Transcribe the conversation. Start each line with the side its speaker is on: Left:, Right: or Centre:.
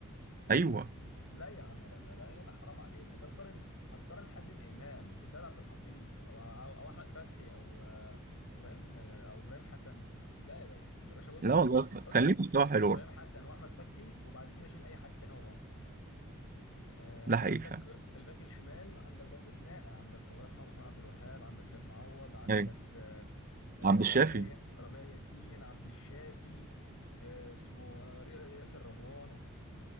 Right: ايوه
Left: لا يا عم لا لا لا لا لا، حرام عليك انت هتقارن هتقارن حازم امام بسيد عبد الحفيظ او او, أو احمد فتحي او آه، ابراهيم آه، او ابراهيم حسن لا يا باشا يا باشا بص
Right: لا والله يا اسطى
Left: حط
Right: كان ليه مستوى
Left: حط
Right: حلو
Left: ابراهيم
Right: برضه
Left: حسن واحمد فتحي وبعد كده شيل اي حد تاني وراه آه،
Right: ده حقيقي
Left: عندك
Right: فعلا
Left: الباك الشمال عندك برضو خناقه عندك الله يرحمه محمد عبد الوهاب عندك سيد معوض عندك
Right: ايوه
Left: آه، آه،
Right: عبد الشافي
Left: ربيع ي- ربيع ياسين عبد الشافي آه، اسمه آه، ري- ياسر رضوان